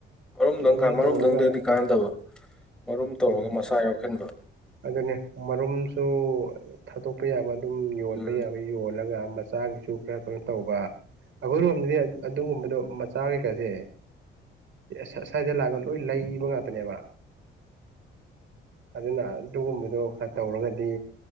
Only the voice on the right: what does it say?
ꯃꯔꯨꯝ
ꯇꯧꯔꯒ
ꯎꯝ
ꯑꯗꯨꯅꯦ ꯃꯔꯨꯝꯁꯨ ꯊꯥꯗꯣꯛꯄ ꯌꯥꯕ ꯑꯗꯨꯝ ꯌꯣꯟꯕ
ꯌꯥꯕ ꯌꯣꯜꯂꯒ ꯃꯆꯥꯒꯤꯁꯨ ꯈꯔ ꯀꯩꯅꯣ ꯇꯧꯕ ꯑꯩꯈꯣꯏꯔꯣꯝꯗꯗꯤ ꯑꯗꯨꯒꯨꯝꯕꯗꯣ ꯃꯆꯥ ꯀꯩꯀꯥꯁꯦ ꯁ ꯁ꯭ꯏꯗ ꯂꯥꯛꯑꯒ ꯂꯣꯏ ꯂꯩꯕ ꯉꯥꯛꯇꯅꯦꯕ ꯑꯗꯨꯅ ꯑꯗꯨꯒꯨꯝꯕꯗꯨꯣ ꯈꯔ ꯇꯧꯔꯒꯗꯤ